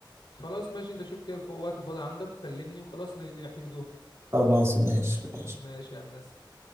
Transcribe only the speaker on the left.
خلاص ماشي انت شوف كده الف- وقت فاضي عندك وكلمني وخلاص ن- نعتمدوها
ماشي يا هندسه